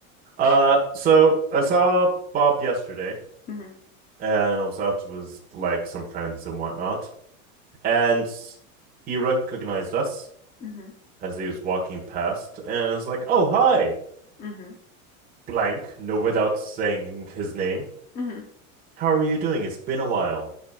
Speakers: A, on the right; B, on the left.
A: Uh, so I saw Bob yesterday,
B: hmm
A: and I was out with like some friends and whatnot, and he recognized us
B: hmm
A: as he was walking past, and I was like, "Oh, hi,
B: hmm
A: blank," no, without saying his name.
B: hmm
A: How are you doing? It's been a while.